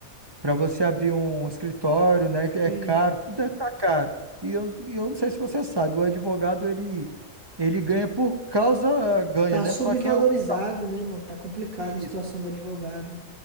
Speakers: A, on the right; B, on the right.
A: Para você abrir um escritório, né? que É
B: Sim.
A: caro, tudo é tá caro. E eu, e eu não sei se você sabe, o advogado ele, ele ganha por causa ganha,
B: Tá
A: né?
B: subvalorizado,
A: Só que é um,
B: né, mano? Tá complicada a
A: isso,
B: situação do advogado.